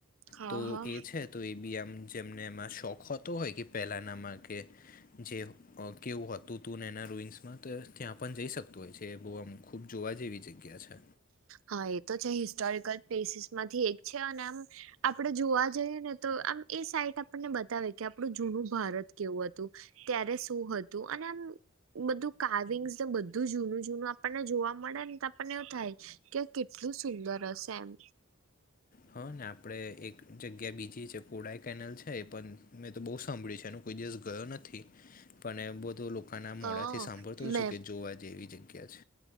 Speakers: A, on the right (about 75°); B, on the left (about 40°).
A: હા
B: તો
A: હા
B: એ છે તો એ બી આમ જેમને એમાં શોખ હો તો હોય કે પહેલાંનામાં કે, જે કેવું હતું તું ને એના રૂઈન્સમાં ત્યાં પણ જઈ શકતું હોય છે, એ બહુ આમ ખુબ જોવા જેવી જગ્યા છે.
A: હા એ તો છે. હિસ્ટોરિકલ પ્લેસીસ માંથી એક છે. અને આમ આપણે જોવા જઈએ ને તો આમ એ સાઈટ આપણને બતાવે કે આપણું જૂનું ભારત કેવું હતું. ત્યારે શું હતું અને આમ બધું કાર્વિંગસ ને બધું જૂનું-જૂનું આપણને જોવા મળેન તો આપણને એવું થાય કે કેટલું સુંદર હશે એમ.
B: હા. ને આપડે એક જગ્યા બીજી છે કોડાઈ કેનેલ છે એ પન, મેં તો બહુ સાંભળ્યું છે એનું, કોઈ દિવસ ગયો નથી, પણ એ બધો લો <unintelligible> ના
A: હા
B: મોડા થી સાંભળતો હોવ
A: મેં
B: છો કે જોવા જેવી જગ્યા છ.